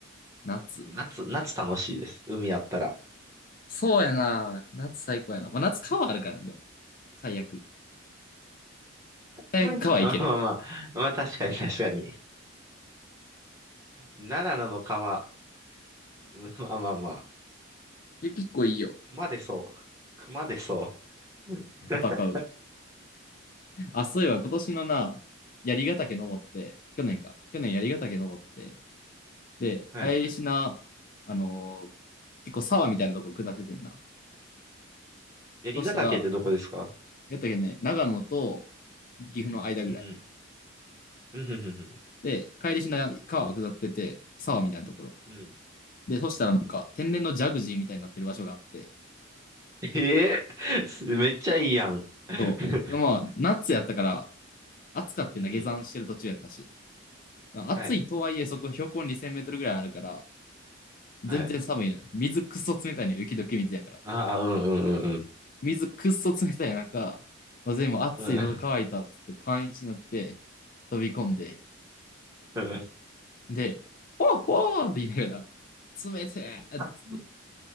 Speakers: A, on the left; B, on the right.
A: 夏。
B: そう夏、夏楽しいです。海あったら。
A: そうやな。夏最高やな。まあ夏川あるからな、でも。最悪。最悪川行ける。
B: <laughs> まあまあまあ、まあ確かに確かに。長野の川、<laughs> まあまあま
A: え、結構いいよ。
B: 熊出そう。熊出そう。<laughs>
A: 戦う。あ、そういえば今年のな、槍ヶ岳登って、去年か。去年槍ヶ岳登って、で、
B: はい。
A: 帰りしな、あのー結構沢みたいなとこ下っててんな。
B: 槍ヶ岳ってどこですか
A: そしたら、やったっけね、長野と岐阜の間ぐらい。
B: うんうん。うん、
A: で、帰りしな川下ってて、沢みたいなところ。
B: うん、うん、
A: で、そしたらなんか、天然のジャグジーみたいになってる場所があって、
B: ええすめっちゃいいやん。<laughs>
A: そう。まあ、夏やったから、暑かってな、
B: うん、うん。
A: 下山してる途中やったし。暑いとはいえ、
B: はい、
A: そこ標高2000メートルぐらいあるから、
B: はい。
A: 全然寒いのよ。水くっそ冷たいのよ、雪解け水やから。
B: ああ、うん、うん、うん、
A: 水くっそ冷たい中、まあ、全部熱い、
B: うん。
A: 喉乾いたっつってパンイチになって飛び込んで、
B: うん、うん。
A: で、ほーほーって言いながら、冷てーっつって、
B: あ